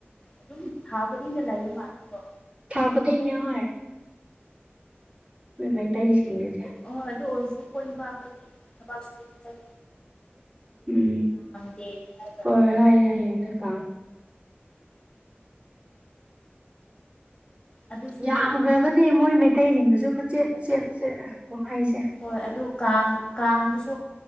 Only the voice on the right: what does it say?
ꯊꯥꯥꯎ ꯐꯥꯗꯤ ꯏꯅ ꯍ ꯃꯩ ꯇꯇꯩ ꯁꯤꯁꯤꯡꯒꯦꯁꯦ
ꯎꯝ
ꯍꯣꯏ ꯍꯥꯏꯌꯦ ꯍꯥꯏꯌꯦꯛꯇ
ꯌꯥꯝꯈ꯭ꯔꯕꯅꯦ ꯃꯣꯏ ꯃꯩꯇꯩꯁꯤꯡꯗꯨꯁꯨ ꯃꯆꯦꯠ ꯃꯆꯦꯠ ꯃꯆꯦꯠ ꯀꯨꯝꯍꯩꯁꯦ